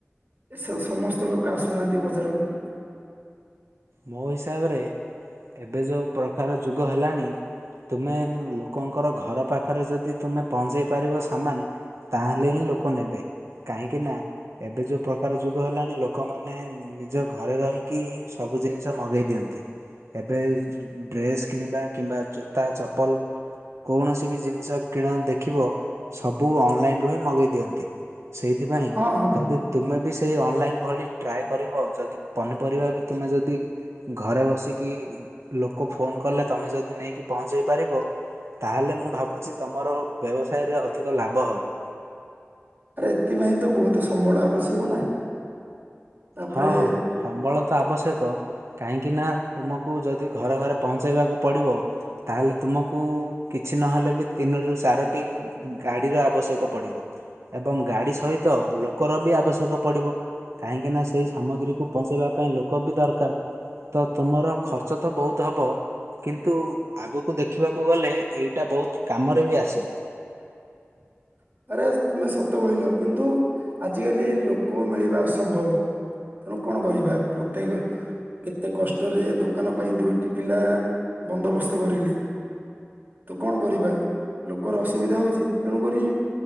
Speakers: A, on the right (about 40°); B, on the right (about 85°).
A: ସେ ସମସ୍ତ ଲୋକ ଆସୁନାହାନ୍ତି ବଜାରକୁ।
B: ମୋ ହିସାବରେ ଏବେ ଯୋଉ ପ୍ରକାର ଯୁଗ ହେଲାଣି ତୁମେ ଲୋକଙ୍କର ଘର ପାଖରେ ଯଦି ତୁମେ ପହଞ୍ଚେଇ ପାରିବ ସାମାନ ତାହେଲେ ହିଁ ଲୋକ ନେବେ କାହିଁକିନା ଏବେ ଯୋଉ ପ୍ରକାର ଯୁଗ ହେଲାଣି ଲୋ ଲୋକମାନେ ନିଜ ଘରେ ରହିକିି ହିଁ ସବୁ ଜିନିଷ ମଗେଇ ଦିଅନ୍ତି ଏବେ ଡ୍ରେସ୍ କିଣିବା କିମ୍ବା ଜୋତା ଚପଲ୍ କୌଣସି ସି ବି ଜିନିଷ କିଣ ଦେଖିବ ସବୁ ଅନଲାଇନରୁ ହିଁ ମଗେଇ ଦିଅନ୍ତି। ସେଇଥିପାଇଁ
A: ହଁ ହଁ
B: ଯଦି ତୁମେ ବି ସେଇ ଅନଲାଇନ୍ ଭଳି ଟ୍ରାଏ କରିବ ଯଦି ପନିପରିବା ବି ତୁମେ ଯଦି ଘରେ ବସିକି ଲୋକ ଫୋନ କଲେ ତମେ ଯଦି ନେଇକି ପହଞ୍ଚେଇ ପାରିବ ତାହେଲେ ମୁଁ ଭାବୁଛି ତମର ବ୍ୟବସାୟରେ ଅଧିକ ଲାଭ ହବ।
A: ଆରେ ଏଥିପାଇଁ ତ ବହୁତ ସମ୍ବଳ ଆବଶ୍ୟକ ନା? ତାପରେ
B: ହଁ ହଁ ସମ୍ବଳ ତ ଆବଶ୍ୟକ। କାହିଁକି ନା ତୁମକୁ ଯଦି ଘରେ ଘରେ ପହଞ୍ଚେଇବାକୁ ପଡିବ ତାହେଲେ ତୁମକୁ କି କିଛି ନହେଲେ ବି ତିନିରୁ ଚାରୋଟି ଗାଡ଼ିର ଆବଶ୍ୟକ ପଡ଼ିବ ଏବଂ ଗାଡ଼ି ସହିତ ଲୋକର ବି ଆବଶ୍ୟକ ପଡିବ କାହିଁକି ନା ସେଇ ସାମଗ୍ରୀକୁ ପହଞ୍ଚେଇବା ପାଇଁ ଲୋକ ବି ଦରକାର ତ ତୁମର ଖର୍ଚ୍ଚ ତ ବହୁତ ହବ କିନ୍ତୁ ଆଗକୁ ଦେଖିବାକୁ ଗଲେ ଏଇଟା ବହୁତ କାମରେ ବି ଆସିବ।
A: <unintelligible> ଆରେ ତୁମେ ସତ କହିଲ କିନ୍ତୁ ଆଜିକାଲି ଲୋକ ମିଳିବା ଅସମ୍ଭବ। ତେଣୁ କଣ କରିବା ପ୍ରତ୍ୟେକ କେତେ କଷ୍ଟରେ ଦୋକାନ ପାଇଁ ଦୁଇଟି ପିଲା ବନ୍ଦୋବସ୍ତ କରିଲି। ତ କଣ କରିବା ଲୋକର ଅସୁବିଧା ହଉଛି ତେଣୁକରି